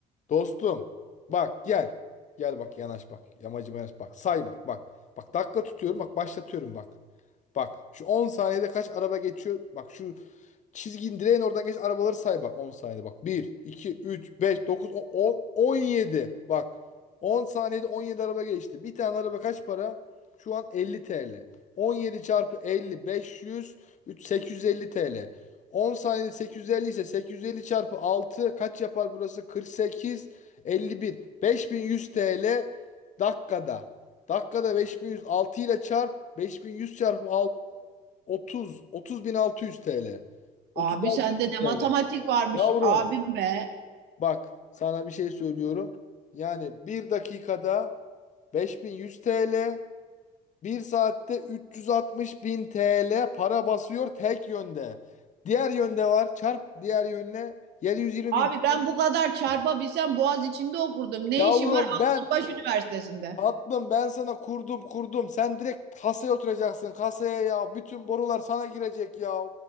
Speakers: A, on the left; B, on the right.
A: Dostum bak gel. Gel bak yanaş bak. Yamacıma yanaş bak. Say bak bak. Bak dakika tutuyorum bak başlatıyorum bak. Bak şu 10 saniyede kaç araba geçiyor. Bak şu Çizgin indireyin oradan geç arabaları say bak 10 saniyede bak. bir iki üç beş dokuz on on yedi Bak 10 saniyede 17 araba geçti. Bir tane araba kaç para? Şu an 50 TL. yedi çarpı 50 500 3 850 TL. 10 saniyede 850 ise 850 çarpı 6 kaç yapar burası? 48 51 5100 TL dakikada. Dakikada beş bin yüz 6 ile çarp beş bin yüz çarpı 6 30 30600 TL. 36
B: Abi sende
A: bin
B: ne
A: TL.
B: matematik varmış
A: Yavrum
B: abim be.
A: bak sana bir şey söylüyorum. Yani bir dakikada 5100 TL, bir saatte 360 bin TL para basıyor tek yönde. Diğer yönde var çarp diğer yönüne 720
B: Abi
A: bin.
B: ben bu kadar çarpabilsem Boğaz içinde okurdum. Ne
A: Yavrum
B: işim var Altınbaş
A: ben
B: Üniversitesi'nde?
A: tatlım ben sana kurdum kurdum. Sen direkt kasaya oturacaksın kasaya ya. Bütün borular sana girecek ya.